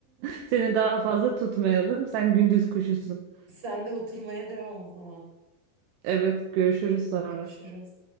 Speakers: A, on the right; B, on the right.
A: <laughs> Seni daha fazla tutmayalım. Sen gündüz kuşusun.
B: Sen de oturmaya devam o zaman.
A: Evet, görüşürüz sonra.
B: Görüşürüz.